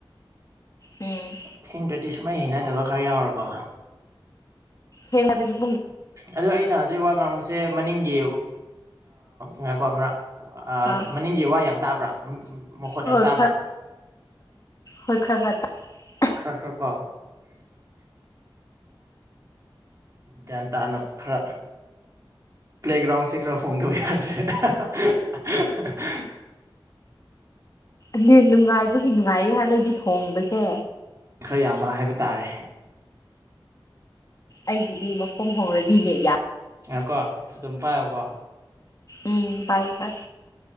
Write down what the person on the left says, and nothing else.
ꯎꯝ
ꯎ <unintelligible> ꯍꯥꯏꯕꯁꯨ
ꯑꯥ
ꯍꯣꯏ
ꯈꯔ ꯍꯣꯏ ꯈꯔꯥ ꯈꯔꯥ ꯇꯥꯏ
<unintelligible> ꯅꯨꯡꯉꯥꯏꯕꯒꯤ ꯅꯨꯡꯉꯥꯏꯌꯦ ꯍꯥꯟꯗꯛꯇꯤ ꯍꯣꯡꯕꯁꯦ
ꯑꯩꯒꯤꯗꯤ ꯃꯐꯝ ꯍꯣꯡꯂꯗꯤ ꯅꯦꯠ ꯌꯥ
ꯎꯝ ꯄꯥꯏ ꯄꯥꯏ